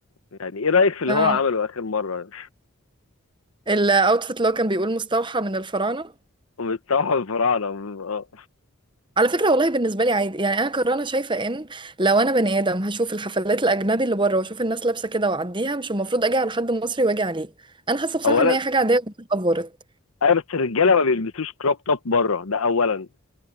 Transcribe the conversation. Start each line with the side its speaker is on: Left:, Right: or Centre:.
Left: يعني ايه رايك في اللي
Right: اه
Left: هو عمله اخر مره
Right: الاوتفيت اللي هو كان بيقول مستوحى من الفراعنه
Left: <laughs> بتصبح الفراعنه آه.
Right: على فكره والله بالنسبه لي عادي يعني انا كرانه شايفه ان لو انا بني ادم هشوف الحفلات الاجنبي اللي بره واشوف الناس لابسه كده واعديها مش المفروض اجي على حد مصري واجي عليه انا حاسه بصراحه
Left: اولا
Right: ان هي حاجه عاديه اتطورت
Left: ايوه بس الرجاله ما بيلبسوش كروب توب بره ده اولا